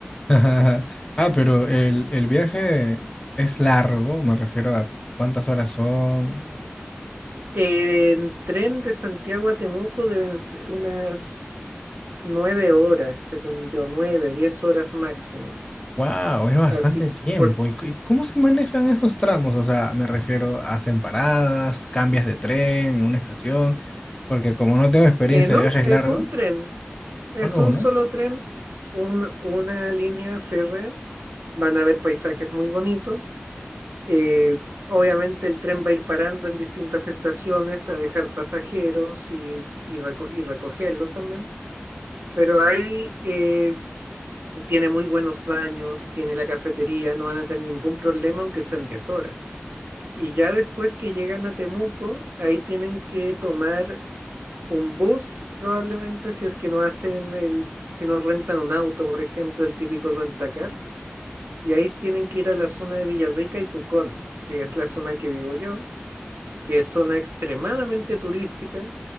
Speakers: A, on the left; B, on the right.
A: Ah, <laughs> Ah, pero el, el viaje es largo, me refiero a cuántas horas son.
B: En tren de Santiago a Temuco deben ser unas nueve horas, según yo, nueve, diez horas máximo.
A: Wow, es bastante
B: Así,
A: tiempo.
B: por,
A: ¿Y cu- y cómo se manejan esos tramos? O sea, me refiero, hacen paradas, cambias de tren en una estación, porque como no tengo experiencia
B: eh, no,
A: de viajes
B: es
A: largos,
B: un tren, es
A: solo
B: un
A: uno.
B: solo tren, un- una línea férrea. Van a haber paisajes muy bonitos. eh, obviamente el tren va a ir parando en distintas estaciones a dejar pasajeros y, s- y, reco- y recogerlos también. Pero ahí eh, tiene muy buenos baños, tiene la cafetería, no van a tener ningún problema aunque sean 10 horas. Y ya después que llegan a Temuco, ahí tienen que tomar un bus, probablemente, si es que no hacen el, si no rentan un auto, por ejemplo, el típico rentacar. Y ahí tienen que ir a la zona de Villarrica y Pucón, que es la zona que vivo yo, que es zona extremadamente turística,